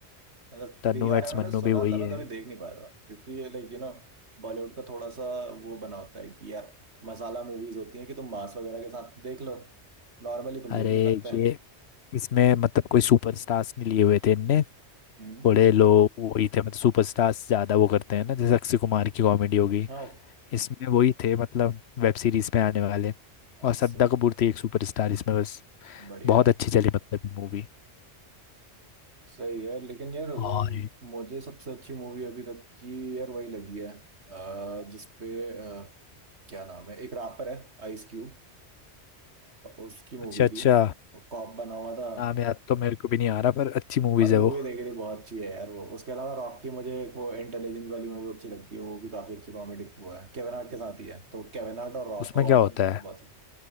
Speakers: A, on the right; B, on the left.
A: मतलब स्त्री
B: तन्नू
A: के बारे
B: एड्स
A: में मैंने
B: मन्नू
A: सुना
B: भी वही
A: था मैं कभी
B: है
A: देख नहीं पाया था क्योंकि ये लाइक यू नो बॉलीवुड का थोड़ा सा वो बना होता है कि यार मसाला मूवीज होती हैं कि तुम मांस वगैरह के साथ तो देख लो नॉर्मली तुम
B: अरे
A: देख नहीं सकते
B: ये इसमें मतलब कोई सुपरस्टार्स नहीं लिए हुए थे इनने
A: हम्म
B: थोड़े लोग वही थे मतलब सुपरस्टार्स ज्यादा वो करते हैं ना जैसे अक्षय कुमार की कॉमेडी होगी
A: हाँ
B: इसमें वही थे मतलब वेब सीरीज में आने वाले और श्रद्धा
A: सही
B: कपूर थी एक सुपरस्टार इसमें बस
A: बढ़िया
B: बहुत
A: है
B: अच्छी चली मतलब मूवी
A: सही है लेकिन यार अम,
B: और
A: मुझे सबसे अच्छी मूवी अभी तक की यार वही लगी है अ, जिसपे अ, क्या नाम है एक रैपर है आइस क्यूब उसकी मूवी
B: अच्छा अच्छा
A: थी कॉप बना हुआ था
B: नाम याद तो मेरे को भी नहीं आ रहा पर अच्छी मूवीज
A: पर मूवी
B: है वो
A: देखी थी बहुत अच्छी है यार वो उसके अलावा रॉक की मुझे एक वो इंटेलिजेंस वाली मूवी अच्छी लगती है वो भी काफी अच्छी कॉमेडी वो है केविन हार्ट के साथ ही है तो केविन हार्ट और रॉक
B: उसमें
A: का कॉम्बिनेशन
B: क्या होता है
A: बहुत सुंदर